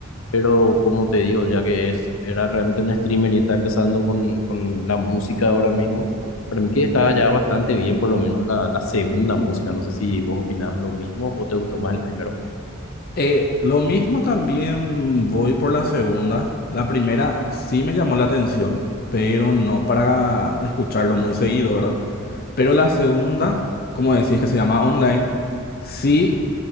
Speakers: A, on the left (about 75°); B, on the left (about 45°).
A: pero como te digo, ya que es, era realmente un streamer y está empezando con, con la música ahora mismo, para mí que está ya bastante bien, por lo menos la, la segunda música. No sé si vos opinás lo mismo o te gustó más el primero.
B: Eh, lo mismo también voy por la segunda. La primera sí me llamó la atención, pero no para escucharlo muy seguido, ¿verdad? Pero la segunda, como decís que se llama online, sí